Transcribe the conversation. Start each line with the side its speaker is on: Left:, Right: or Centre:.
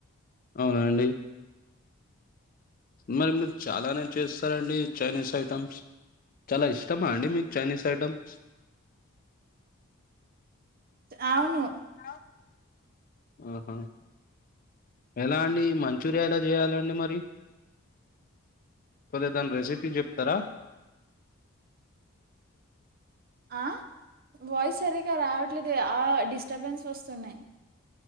Left: అవునాండి మరి మీరు చాలానే చేస్తారండి చైనీస్ ఐటమ్స్ చాలా ఇష్టమాండి మీకు చైనీస్ ఐటెమ్స్
Right: అవును
Left: ఆ ఆహ ఎలా అండి మంచూరియా ఎలా చేయాలండి మరి కొద్దిగా దాని రెసిపీ చెప్తారా
Right: ఆ వాయిస్ సరిగా రావట్లేదు ఆ డిస్టర్బెన్స్ వస్తున్నాయి